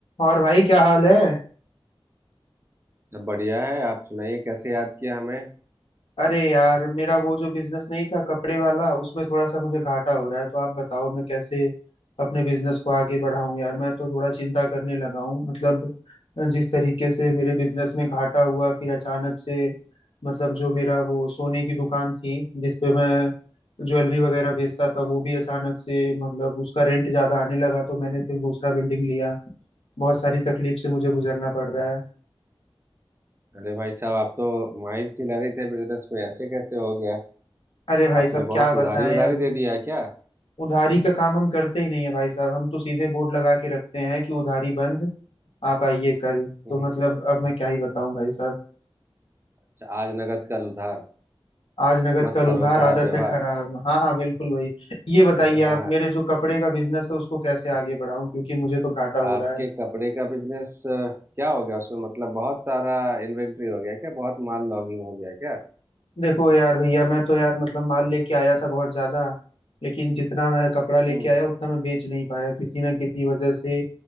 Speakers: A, on the left; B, on the right.
A: और भाई क्या हाल है
B: सब बढ़िया है आप सुनाइए कैसे याद किया हमें
A: अरे यार मेरा वो जो बिजनेस नहीं था कपड़े वाला उसमें थोड़ा सा मुझे घाटा हो रहा है तो आप बताओ मैं कैसे अपने बिजनेस को आगे बढ़ाऊं यार मैं तो थोड़ा चिंता करने लगा हूँ मतलब जिस तरीके से मेरे बिजनेस में घाटा हुआ फिर अचानक से मतलब जो मेरा वो सोने की दुकान थी जिसपे मैं ज्वेलरी वगैरह बेचता था वो भी अचानक से मतलब उसका रेंट ज्यादा आने लगा तो मैंने फिर दूसरा बिल्डिंग लिया बहुत सारी तकलीफ से मुझे गुजरना पड़ रहा है
B: अरे भाई साहब आप तो माहिर खिलाड़ी थे बिजनेस में ऐसे कैसे हो गया
A: अरे भाई
B: आपने
A: साहब
B: बहुत
A: क्या बताएं
B: उधारी उधारी
A: अब
B: दे दिया है क्या
A: उधारी का काम हम करते ही नहीं है भाई साहब हम तो सीधे बोर्ड लगा के रखते हैं कि उधारी बंद आप आइए कल
B: हम्म,
A: तो मतलब अब मैं क्या ही बताऊं भाई साहब
B: अच्छा आज नगद कल उधार
A: आज नगद
B: मत
A: कल
B: करो
A: उधार
B: खराब
A: आदत
B: व्यवहार
A: है खराब हाँ हाँ बिल्कुल भाई ये बताइए
B: <laughs>
A: आप मेरे जो कपड़े का बिजनेस है उसको कैसे आगे बढ़ाऊं क्योंकि मुझे तो घाटा हो
B: आपके
A: रहा है
B: कपड़े का बिजनेस क्या हो गया उसमें मतलब बहुत सारा इन्वेंट्री हो गया क्या बहुत माल लॉगिंग हो गया क्या
A: देखो यार भैया मैं तो यार मतलब माल लेके आया था बहुत ज्यादा लेकिन जितना मैं कपड़ा लेके
B: हम्म
A: आया उतना मैं बेच नहीं पाया किसी ना किसी वजह से